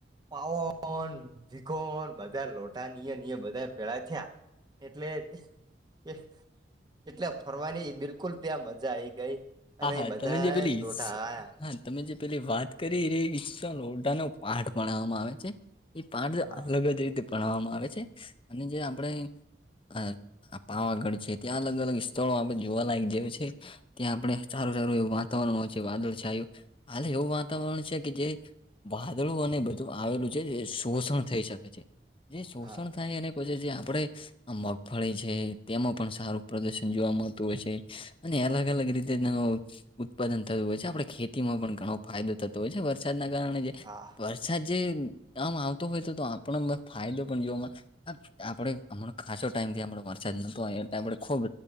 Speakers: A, on the right; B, on the left.
A: પાવન, ભીખોન બધા લોટા ન ઇયા ન ઇયા બ પેડા થ્યા એટલે એ એટલે ફરવાની બિલકુલ ત્યાં મજા આઈ ગઈ
B: હા
A: અને
B: હા
A: બધા
B: તમે જે પેલી
A: લોઢા આયા.
B: હા તમે જે પેલી વાત કરી રે ગરડા નો પાઠ ભણાવામાં આવે છે. એ પાઠ
A: આયા
B: અલગ જ રીતે ભણાવામાં આવે છે અને જે આપણે અ આ પાવાગઢ છે ત્યાં અલગ અલગ સ્થળો આપણે જોવા લાયક જેવું છે ત્યાં આપણે સારું સારું એવું વાતાવરણ હોય છે વાદળછાયું. હાલે એવું વાતાવરણ છે કે જે વાદળું અને બધું આવેલું છે જે શોષણ થઈ શકે છે. જે શોષણ
A: હા હા
B: થાય અને કોઈ જે જે આપણે આ મગફળી છે તેમાં પણ સારું પ્રદર્શન જોવા મળતું હોય છે અને અલગ અલગ રી <unintelligible> ઉત્પાદન થતું હોય છે આપણે ખેતીમાં પણ ઘણો ફાયદો થતો હોય છે. વર સાદના કારણે જે
A: હા
B: વરસાદ જે આમ આવતો હોય તો તો આપણો ફાયદો પણ જોવા મળ હ આપડે હમણા કાસો ટાઈમ થી આપડો વરસાદ નતો આપે ખુબ